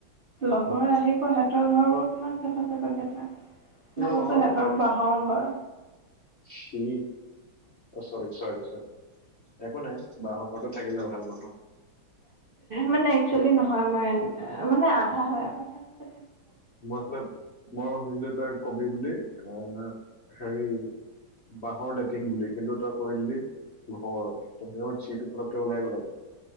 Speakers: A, on the right; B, on the left.
A: লগৰ
B: উম,
A: আহিব সিহঁতৰ ঘৰ বোৰ কিমান চাফা চাফা কেইটা। মই
B: অ',
A: কৈছো সিহঁতৰ বাঁহৰ ঘৰ।
B: চি। অ, চৰি চৰি চৰি একো নাই বাহক। ঘতো থাকিলে ভাল মানুহ।
A: মানে, এক্চেলি নহয় হয়। মই মানে হয় সেনেকুৱা।
B: মতলব মই সুধিলো তই কবি বুলি আহ, হেৰি বাঁহৰ লেট্ৰিন বুলি কিন্তু তই কৈ দিলি ঘৰ, তাৰ পিছত চিটো ফতকে ওলাই গল।